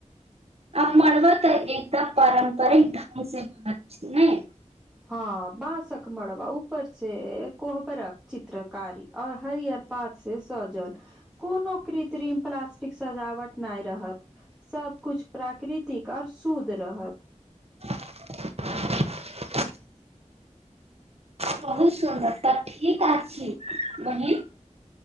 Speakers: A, on the right; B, in the centre.
A: आ मरबो तऽ एकटा पारम्परिक ढंग से बात छै ने
B: हँ बांसक मड़बा ऊपर से कोहबरक चित्रकारी आओर हरिअर पात से सजल कोनो कृत्रिम प्लास्टिक सजावट नय रहत सब किछ प्राकृतिक आओर शुद्ध रहत
A: <unintelligible> बहुत सुन्दर तऽ ठीक आछि बहिन